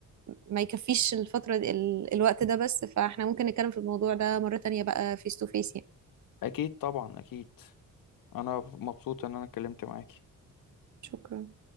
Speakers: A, on the right; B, on the left.
A: ما يكفيش الفترة دي ال- الوقت ده بس فاحنا ممكن نتكلم في الموضوع ده مرة تانية بقى فيس تو فيس يعني
B: أكيد طبعا أكيد أنا مبسوط إن أنا اتكلمت معاك
A: شكرا